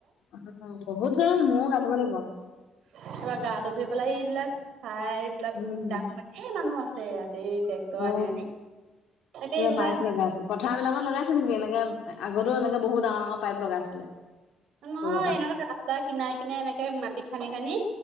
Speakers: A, on the left (about 80°); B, on the right (about 75°).
A: অ বহুত গৰম ময়ো গা ধুব লাগিব
B: <unintelligible> গাতো ধুই পেলাই এইবিলাক চাই পিলাকু
A: উম
B: ডাঙ মানে ধেই মানুহ আছে ইয়াত সেই টেক্টৰ
A: অ
B: আনি আনি তাকে এইবিলাক
A: পাইপ লগাইছে পথাৰ বিলাকত লগাইছে নেকি এনেকে আগতেও এনেক বহু ডাঙৰ ডাঙৰ পাইপ লগাইছিলে।
B: নহয়
A: কৰবাত
B: এনেকুৱা ৰাস্তা কিনা কিনা এনেকে মাটি খান্দি খান্দি।